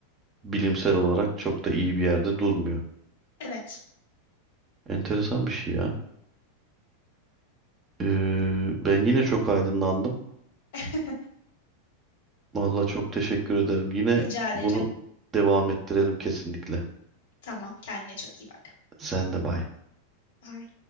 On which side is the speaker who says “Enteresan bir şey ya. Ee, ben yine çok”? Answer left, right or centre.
Right